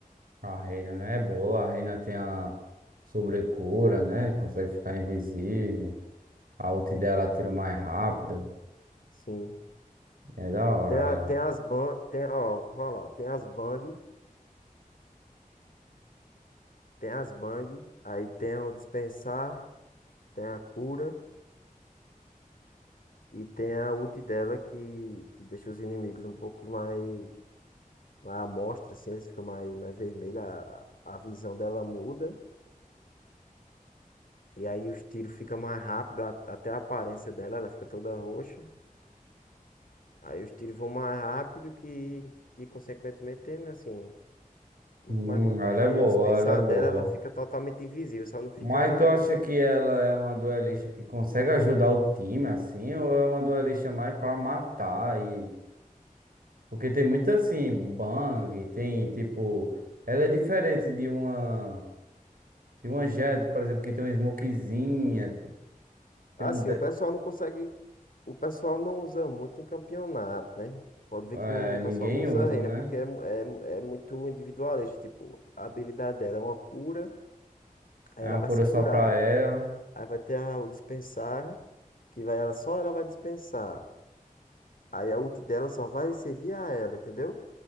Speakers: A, on the right; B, on the left.
A: A Reina, né? É boa. A Reina tem a sobrecura, né? Consegue ficar invisível. A ult dela tira mais rápido.
B: Sim.
A: É da hora
B: Tem, a,
A: ela.
B: tem as ban, tem, ó, vou falar, tem as bang, tem as bang, aí tem o dispensar, tem a cura. E tem a ult dela que, que deixa os inimigos um pouco mais, mais à mostra, assim, eles ficam mais, mais vermelhos, a, a visão dela muda, e aí os tiros ficam mais rápido, a- até a aparência dela, ela fica toda roxa. Aí os tiros vão mais rápido que, que consequentemente, tem, assim, muito
A: Hum,
B: mais vantagem,
A: ela é
B: né?
A: boa,
B: E o dispensar
A: ela é boa.
B: dela, ela fica totalmente invisível, só não fica
A: Mas tu acha que ela é uma duelista que consegue ajudar o time, assim, ou é uma duelista mais pra matar e... Porque tem muito, assim, bang, tem, tipo... Ela é diferente de uma... De uma Jett, por exemplo, que tem uma smokezinha, tem
B: Assim,
A: um... de-
B: o pessoal não consegue. O pessoal não usa muito em campeonato, né? Pode ver
A: é,
B: que não, o
A: ninguém
B: pessoal não usa
A: usa,
B: renda,
A: né?
B: porque é, mu- é, é muito individualista. Tipo, a habilidade dela é uma cura, aí
A: É
B: ela
A: uma
B: vai
A: cura
B: se
A: só
B: curar.
A: pra ela.
B: Aí vai ter a- o dispensar, que vai ela só ela vai dispensar. Aí a ult dela só vai servir a ela, entendeu?